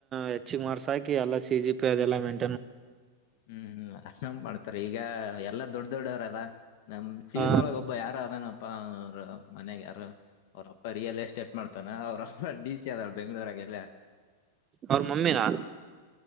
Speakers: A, on the right; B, on the left.
A: ಹೆಚ್ಚಿಗೆ ಮಾರ್ಸ್ ಹಾಕಿ ಎಲ್ಲಾ ಸಿ ಜಿ ಪಿ ಅದೆಲ್ಲಾ ಮೆಂ
B: ಹ್ಮ್ ಹ್ಮ್ ಆರಾಮ್ ಮಾಡ್ತಾರ ಈಗ ಎಲ್ಲಾ ದೊಡ್ಡ ದೊಡ್ಡವ್ರ ಅದ ನಮ ಸಿವಿಲ್
A: ಹ
B: ಒಳಗ ಒಬ್ಬ ಯಾರು ಅದನಪ್ಪ ಅವ್ರ ಮನ್ಯಾಗ ಯಾರ ಅವ್ರಪ್ಪ ರಿಯಲ್ ಎಸ್ಟೇಟ್ ಮಾಡ್ತಾನ ಅವ್ರಪ್ಪ ಡಿ ಸಿ ಅದಳ ಬೆಂಗ್ಳೂರಾಗೆಲ್ಲ
A: ಅವ್ರ ಮೊಮ್ಮೆನಾ